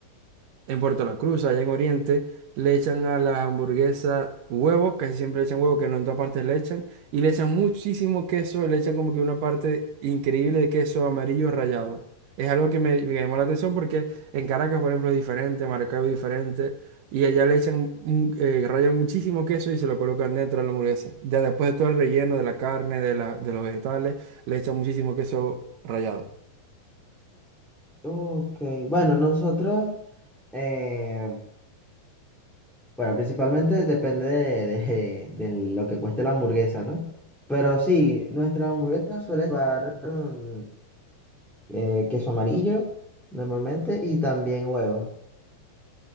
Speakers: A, on the right; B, in the centre.
A: en Puerto La Cruz, allá en Oriente, le echan a la hamburguesa huevo, casi siempre le echan huevo, que no en todas partes le echan, y le echan muchísimo queso, le echan como que una parte increíble de queso amarillo rallado. Es algo que me, me llamó la atención porque en Caracas, por ejemplo, es diferente, Maracaibo es diferente, y allá le echan, un- eh, rayan muchísimo queso y se lo colocan dentro de la hamburguesa. Ya después de todo el relleno de la carne, de la, de los vegetales, le echan muchísimo queso rallado.
B: Ok, bueno, nosotros, eh, bueno, principalmente depende de, de- de lo que cueste la hamburguesa, ¿no? Pero sí, nuestras hamburguesas suelen llevar mm, eh, queso amarillo normalmente y también huevo.